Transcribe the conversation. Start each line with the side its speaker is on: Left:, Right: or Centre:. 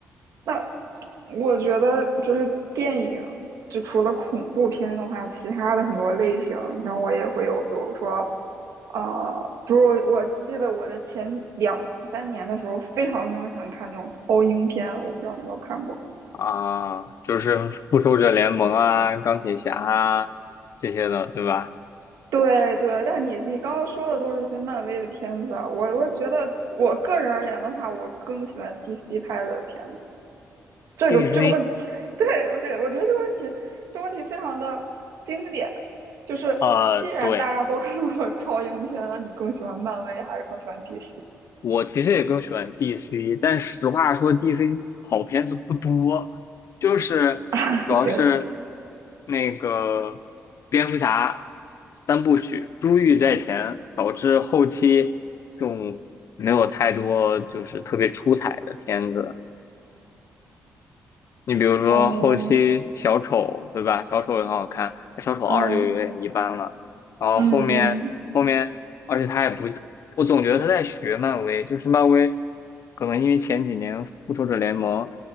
Right: 那我觉得就是电影，就除了恐怖片的话，其他的很多类型，你像我也会有，比如说，呃，比如我我记得我的前两三年的时候，非常非常喜欢看那种超英片，我不知道你有没有看过。
Left: 啊，就是复仇者联盟啊、钢铁侠啊这些的，对吧
Right: 对对，但你你刚刚说的都是一些漫威的片子啊，我我觉得我个人而言的话，我更喜欢 DC 拍的片子。这个这个问题，
Left: ？DC，
Right: <laughs> 对我对我觉得这个问题，这个问题非常的经典。就是既然大家都看过超英片，
Left: 呃，对。
Right: 那你更喜欢漫威还是更喜欢 DC？
Left: 我其实也更喜欢 DC，但实话说，DC 好片子不多，就是主要是
Right: <laughs> 对，
Left: 那个蝙蝠侠三部曲，珠玉在前，导致后期就没有太多就是特别出彩的片子。你比如说后期小丑，
Right: 哦，
Left: 对吧？小丑也很好看，小丑二就有点一般了。
Right: 嗯
Left: 然后后面后面，
Right: 嗯嗯，
Left: 而且他也不，我总觉得他在学漫威，就是漫威可能因为前几年复仇者联盟